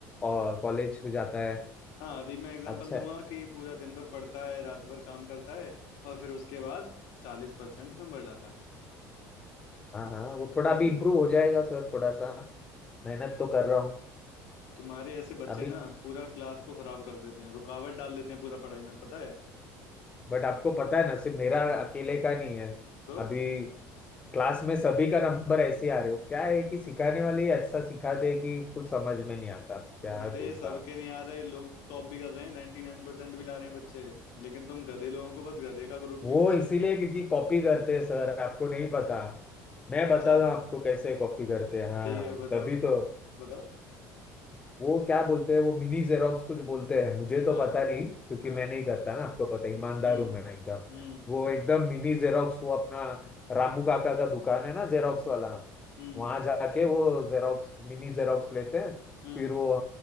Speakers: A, on the left; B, on the left.
A: और कॉलेज हो जाता है
B: हाँ अभी मैं एग्जांपल
A: अच्छा
B: दूंगा
A: है
B: कि पूरा दिन भर पढ़ता है रात भर काम करता है और फिर उसके बाद चालीस परसेंट नंबर लाता है
A: हाँ हाँ वो थोड़ा
B: हाँ
A: भी इम्प्रूव हो जाएगा सर थोड़ा सा मेहनत तो कर रहा हूँ
B: तुम्हारे ऐसे बच्चे
A: अभी
B: ना पूरा क्लास को खराब कर देते हैं रुकावट डाल देते हैं पूरा पढ़ाई में पता है
A: बट आपको पता है ना सिर्फ मेरा अकेले का नहीं है
B: तो
A: अभी क्लास में सभी का नंबर ऐसे ही आ रहे हो क्या है कि सिखाने वाले अच्छा सिखाते हैं कि कुछ समझ में नहीं आता क्या
B: अरे
A: है बोलता
B: सबके नहीं आ रहे लोग तो टॉप भी कर रहे हैं नाइन्टी नाइन परसेंट भी ला रहे हैं बच्चे लेकिन तुम गधे लोगों को बस गधे का ग्रुप
A: वो
B: में मिलेगा
A: इसीलिए क्योंकि कॉपी करते हैं सर आपको नहीं पता मैं
B: अच्छा
A: बताता हूँ आपको कैसे कॉपी करते हैं हाँ
B: ठीक है बताओ
A: तभी तो
B: बताओ
A: वो क्या बोलते हैं वो मिनी जेरोक्स कुछ बोलते हैं मुझे तो
B: हाँ
A: पता नहीं क्योंकि
B: हाँ
A: मैं नहीं करता ना आपको पता है, ईमानदार
B: हम्म
A: हूं मैं एकदम
B: हम्म
A: वो एकदम मिनी जेरोक्स वो अपना रामू काका का दुकान है ना जेरोक्स वाला
B: हम्म
A: वहां जाके वो जेरोक्स मिनी जेरोक्स लेते हैं
B: हम्म
A: फिर वो